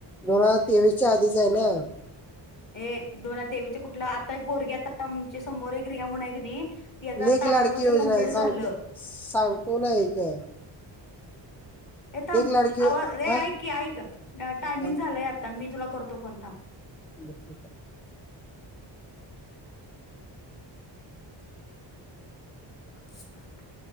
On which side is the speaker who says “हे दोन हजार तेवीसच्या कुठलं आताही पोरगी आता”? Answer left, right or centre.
Left